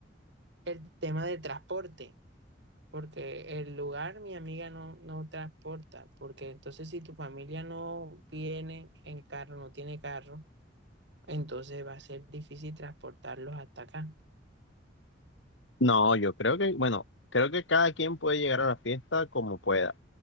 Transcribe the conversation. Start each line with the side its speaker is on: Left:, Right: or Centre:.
Right: el tema del transporte, porque el lugar mi amiga no, no transporta, porque entonces si tu familia no viene en carro, no tiene carro, entonces va a ser difícil transportarlos hasta acá.
Left: No, yo creo que, bueno, creo que cada quien puede llegar a la fiesta como pueda,